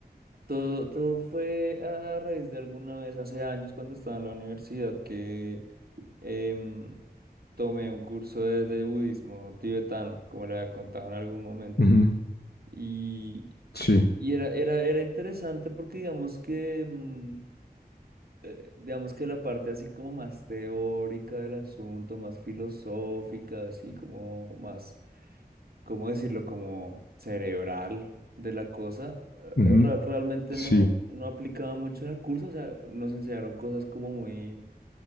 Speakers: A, on the right; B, on the left.
A: todo, todo fue a raíz de alguna vez hace años cuando estaba en la universidad que Em, tomé un curso de, de budismo tibetano, como le había contado en algún momento.
B: Ujú,
A: Y,
B: Sí,
A: y era, era, era interesante porque digamos que, mm, eh, digamos que la parte así como más teórica del asunto, más filosófica, así como más, ¿cómo decirlo? Como cerebral de la cosa, eh,
B: ujú,
A: re- realmente
B: sí,
A: no, no aplicaba mucho en el curso, o sea, nos enseñaron cosas como muy